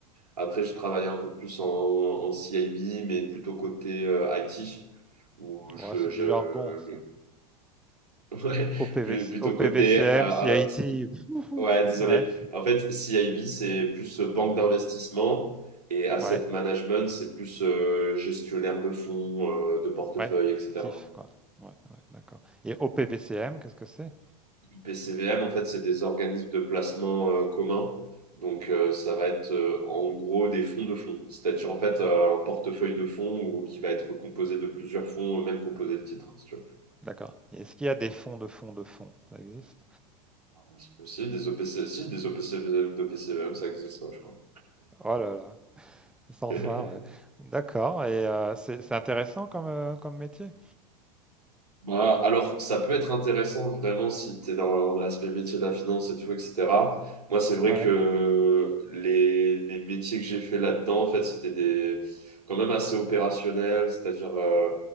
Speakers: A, on the right (about 75°); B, in the centre.
A: Après je travaillais un peu plus en, en CIB mais plutôt côté euh, IT où je,
B: Ouais, c'est
A: je
B: du jargon, ça.
A: <laughs> ouais,
B: OPVC,
A: plus- plutôt
B: OPVCM,
A: côté euh,
B: CIT.
A: euh, Ouais, désolé.
B: Ouais,
A: En fait, CIB, c'est plus euh, banque d'investissement et asset
B: ouais,
A: management, c'est plus euh, gestionnaire de fonds, euh, de portefeuille,
B: ouais,
A: etc.
B: actif, quoi. Ouais, ouais, d'accord. Et OPVCM, qu'est-ce que c'est?
A: PCVM, en fait, c'est des organismes de placement euh, communs. Donc, euh, ça va être euh, en gros des fonds de fonds. C'est-à-dire, en fait, euh, un portefeuille de fonds ou, qui va être composé de plusieurs fonds, euh, même composé de titres, si tu veux.
B: D'accord. Et est-ce qu'il y a des fonds de fonds de fonds? Ça existe?
A: Ah, C'est possible, des OPC, si, des OPC, de PCVM, ça existe, ouais, je crois.
B: Oh là là, sans
A: <laughs>
B: fin, ouais. D'accord, et heu, c'est c'est intéressant comme, heu, comme métier?
A: Bah, alors, ça peut être intéressant vraiment si tu es dans l'aspect métier de la finance et tout, etc. Moi, c'est vrai
B: Ouais,
A: que les, les métiers que j'ai fait là-dedans, en fait, c'était des quand même assez opérationnels, c'est-à-dire euh,